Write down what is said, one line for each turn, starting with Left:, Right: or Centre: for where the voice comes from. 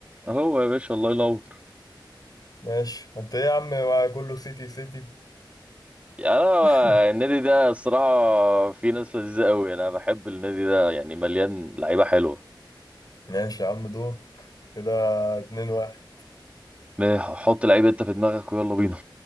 Right: هو يا باشا الله ينور
Left: ماشي انت ايه يا عم ما كله سيتي سيتي
Right: انا
Left: <laughs>
Right: النادي ده الصراحه في ناس لذيذه قوي انا بحب النادي ده يعني مليان لعيبه حلوه
Left: ماشي يا عم دورك كده اتنين واحد
Right: ما- حط لعيب انت في دماغك ويلا بينا